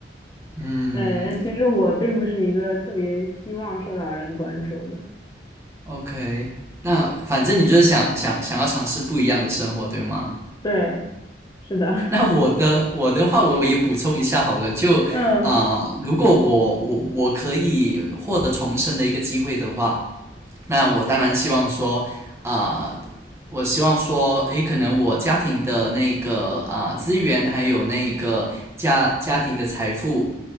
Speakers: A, on the right; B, on the left.
A: 嗯
B: 对，其实我并不是一个特别希望受到人关注的。
A: ，OK。那反正你就是想想想要尝试不一样的生活，对吗？
B: 对，是的，
A: 那我的我的话，我也补充一下好了，就啊、
B: <laughs> 嗯，
A: 呃如果我我我可以获得重生的一个机会的话，那我当然希望说，啊、呃我希望说，诶，可能我家庭的那个啊、呃资源，还有那个家家庭的财富，